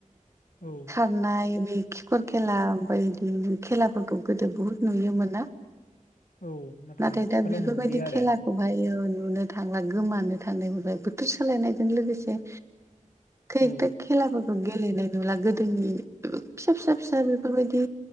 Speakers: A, on the left; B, on the right.
A: औ।
B: हनाय बे खिखर खेला बायदि खेलाफोरखौ गोदो बुहुत नुयोमोनना।
A: औ।
B: नाथाय
A: आथिखालाव
B: दा बेफोरबायदि
A: नुलिया आरो
B: खेलाखौ ओमफ्रायो नुनो थांला गोमानो थांनाय मोनफ्राय बोथोर सालायनायजों लोगोसे थिक
A: औ
B: खेलाबो गेलेनाय नुला गोदोनि फिसा फिसा फिसा बेफोरबायदि